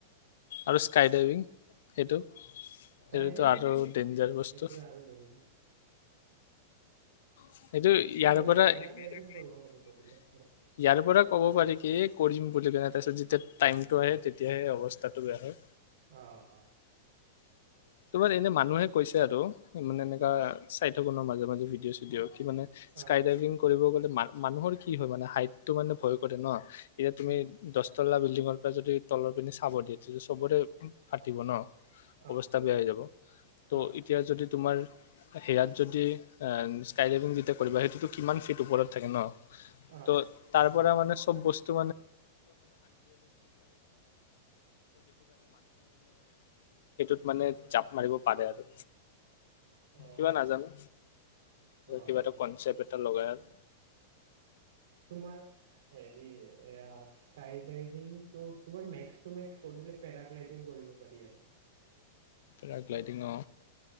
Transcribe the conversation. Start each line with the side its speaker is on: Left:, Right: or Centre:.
Left: আৰু স্কাই ডাইভিং সেইটো।
Right: স্কাই
Left: সেইটোতো
Right: ডাইভিংটো
Left: আৰু ডেঞ্জাৰ বস্তু
Right: এইটো আৰু দংগ।
Left: সেইটো ইয়াৰ
Right: পাৰি
Left: পৰা
Right: পেৰাগ্লাইডিং
Left: ইয়াৰ
Right: কৰিব পাৰি কৰিলে নেক্স।
Left: পৰা কব পাৰি কি কৰিম বুলি কনে তাৰপিছত। তে টাইমটো আহে তেতিয়াহে অৱস্থাটো বেয়া হয়
Right: আহ অ,
Left: তোমাৰ এনে মানুহে কৈছে আৰু মানে এনেুৱকা
Right: অ
Left: চাই থাকনৰ মাজে মাজে ভিডিঅ' চিডিঅ' কি মানে
Right: অ
Left: স্কাইাইভিং, কৰিব গলে ম মানুহৰ কি হয় মানে হাইটটো মানে ভয় কৰে ন এতিয়া তুমি
Right: উম
Left: দহ লা বিল্ডিঙৰ পৰা যদি তলৰ পিি চাব দিয়ে তেতি চবৰে ফাটিব ন
Right: অ
Left: অৱস্থা বেয়া হৈ যাব ত'
Right: অ
Left: এতিয়া যদি তোমাৰ সেয়াত যদি স্কাই ডাইভিং যেতিয়া কৰিবা সেইটোতো কিমান ফিট ওপৰত থাকে ন
Right: অ
Left: ত তাৰ পৰাৰা মান চব বস্তু ম মানে জাপ মাৰিব পাৰে আৰু
Right: অ
Left: কিবা নাজানো
Right: অ
Left: কিবা এটা
Right: অ
Left: কনচেপ্ট এ টাত লগাই আৰু
Right: তোমাৰ হেৰি এয়া স্কাই ডাইভিং তোমাৰ মেক্স টু মেক্স কৰিলে পেৰাগ্লাইডিং কৰিব পাৰি আৰু।
Left: পেৰাগ্লাইডং অ',